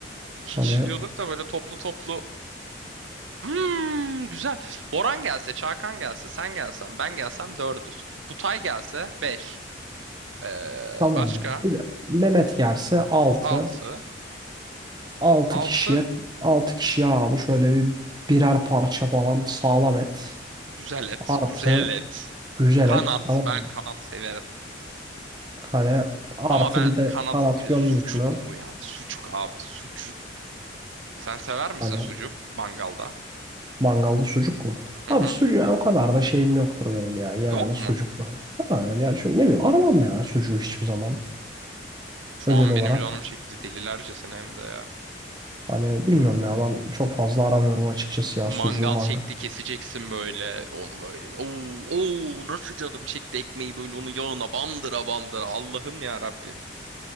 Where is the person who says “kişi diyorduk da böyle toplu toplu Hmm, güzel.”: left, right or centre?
Right